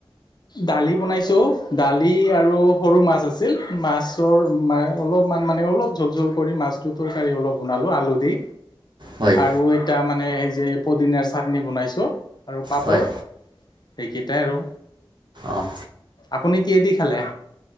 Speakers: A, on the left; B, on the right.
A: দালি বনাইছো। দালি আৰু সৰু মাছ আছিল মাছৰ ম অলপমান মানে অলপ জোল-জোল কৰি মাছটো তৰকাৰি অলপ বনালো আলু দি।
B: হয়
A: আৰু এটা মানে সেই যে পদিনাৰ চাটনি বনাইছো আৰু পাপৰ
B: হয়
A: এইকেইটাই আৰু।
B: অঁ
A: আপুনি কিহে দি খালে?